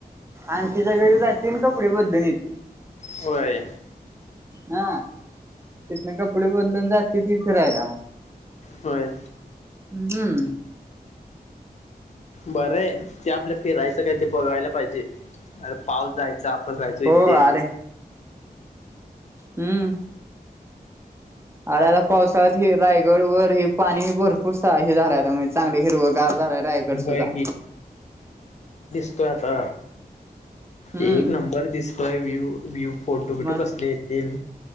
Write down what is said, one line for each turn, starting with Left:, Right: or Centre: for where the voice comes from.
Right: आंकिं च्या घरी जाती आणि कपडे बदलून येत्या.
Left: होय
Right: हं तिथनं कपडे बदलून जाती ती फिरायला म्
Left: होय.
Right: हम्म
Left: बरंय ते आपलं फिरायचं काय ते पाहिजे अरे पाऊस जाय च आपण राहायचो इथे
Right: हो अरे हम्म आरे आता पावसाळ्यात हे रायगड वर हे पाणी भरपूर सा हे झालंय आता म्हणजे चांगल हिरवगार झालाय रायगड
Left: होय
Right: सुद्धा
Left: तोय आता
Right: हम्म.
Left: एक नंबर दिसतोय व्ह्यू व्ह्यू फोटो बिटो
Right: मग
Left: कसले येतील